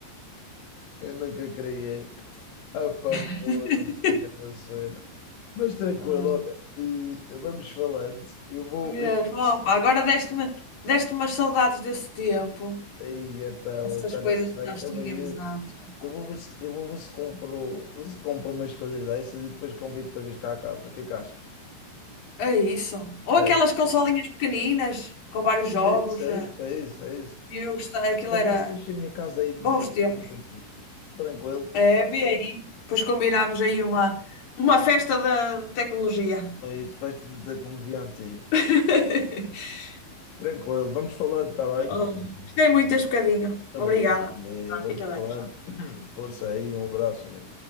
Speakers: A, on the left; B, on the left.
A: Eu nunca criei. Ah, pá,
B: <laughs>
A: fónix, a grande cena. Mas tranquilo,
B: Ah,
A: olha, eh, vamos falando. Eu vou...
B: Mesmo.
A: Eu vou... ver se-
B: Opa, agora deste-me deste umas saudades desse tempo.
A: Ai, então,
B: Essas
A: então
B: coisas
A: não sei,
B: que nós
A: também
B: tínhamos
A: eu.
B: antes. opa.
A: Eu vou ver se, eu vou ver se compro, se compro umas coisas dessas e depois convido para vir cá a casa. O que é que achas?
B: É isso. Ou aquelas
A: É
B: consolinhas pequeninas com vários jogos.
A: isso, é
B: eh,
A: isso, é isso, é isso.
B: e Eu gostei, aquilo
A: Vou
B: era
A: ver se deixei a minha casa aí de
B: bons tempos.
A: coisas antigas. Tranquilo.
B: É, vê aí. Depois combinámos aí uma, uma festa da tecnologia.
A: Mas festa de tecnologia antiga.
B: <laughs>
A: Tranquilo. Vamos falando, está bem?
B: Oh, Gostei muito deste bocadinho.
A: Também
B: Obrigada.
A: eu, também eu.
B: Ah,
A: Vamos
B: fica
A: falando.
B: bem.
A: <clears throat> Força aí, um abraço, né?